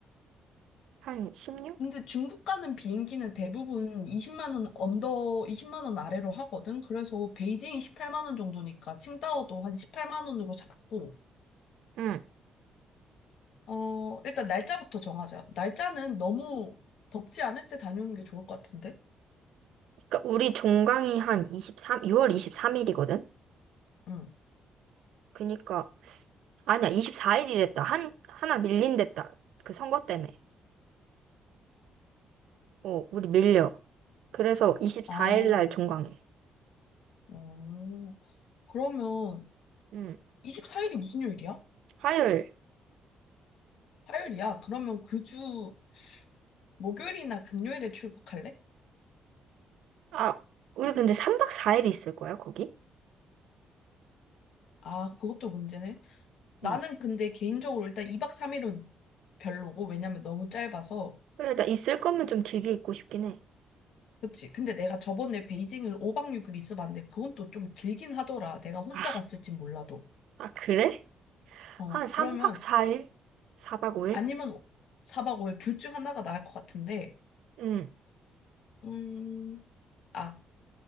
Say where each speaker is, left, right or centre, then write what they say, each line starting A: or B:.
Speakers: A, on the right (about 75°); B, on the left (about 70°).
A: 한 16?
B: 근데 중국 가는 비행기는 대부분 20만 원 언더, 20만 원 아래로 하거든. 그래서 베이징이 18만 원 정도니까 칭따오도 한 18만 원으로 잡고
A: 응.
B: 어, 일단 날짜부터 정하자. 날짜는 너무 덥지 않을 때 다녀오는 게 좋을 것 같은데?
A: 그러니까 우리 종강이 한 23, 6월 23일이거든?
B: 응.
A: 그니까, 아니야, 24일이랬다. 한, 하나 밀린댔다. 그 선거 때문에. 어, 우리 밀려. 그래서 24일
B: 아,
A: 날 종강해.
B: 어. 그러면
A: 응.
B: 24일이 무슨 요일이야?
A: 화요일.
B: 화요일이야. 그러면 그 주 목요일이나 금요일에 출국할래?
A: 아, 우리 근데 3박 4일 있을 거야, 거기?
B: 아, 그것도 문제네. 나는
A: 응.
B: 근데 개인적으로 일단 2박 3일은 별로고, 왜냐면 너무 짧아서.
A: 그래, 나 있을 거면 좀 길게 있고 싶긴 해.
B: 그치. 근데 내가 저번에 베이징을 5박 6일 있어봤는데, 그건 또 좀 길긴 하더라. 내가 혼자
A: 아,
B: 갔을진 몰라도.
A: 아, 그래?
B: 어,
A: 한 3박
B: 그러면
A: 4일? 4박 5일?
B: 아니면 4박 5일 둘 중 하나가 나을 것 같은데,
A: 응.
B: 음, 아,